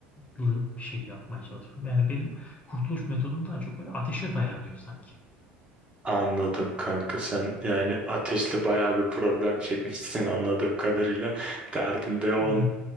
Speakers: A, on the left (about 25°); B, on the right (about 20°).
A: bir şey yapmaya çalışıyorum. Yani benim kurtuluş metodum daha çok böyle ateşe dayanıyor sanki.
B: Anladım kanka sen yani ateşle bayağı bir problem çekmişsin <laughs> anladığım kadarıyla. Derdin de on.
A: Aynen,